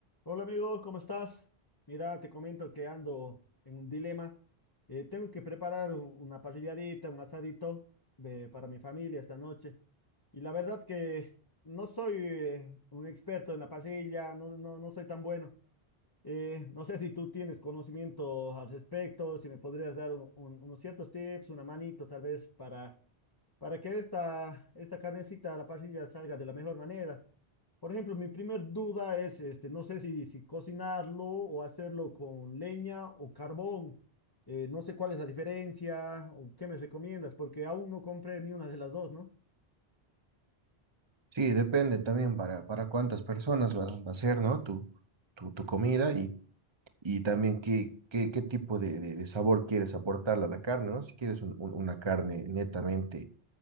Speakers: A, on the left; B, on the right.
A: Hola amigo, ¿cómo estás? Mira, te comento que ando en un dilema. Eh, tengo que preparar un- una parrilladita, un asadito eh, para mi familia esta noche. Y la verdad que no soy eh, un experto en la parrilla, no, no, no soy tan bueno. Eh, no sé si tú tienes conocimiento al respecto, si me podrías dar un- un- unos ciertos tips, una manito tal vez para, para que esta, esta carnecita a la parrilla salga de la mejor manera. Por ejemplo, mi primer duda es, este, no sé si, si cocinarlo o hacerlo con leña o carbón. Eh, no sé cuál es la diferencia o qué me recomiendas, porque aún no compré ni una de las dos, ¿no?
B: Sí, depende también para, para cuántas personas va, va a ser, ¿no? Tu, tu, tu comida y, y también qué, qué, qué tipo de, de, de sabor quieres aportarle a la carne, ¿no? Si quieres un- un- una carne netamente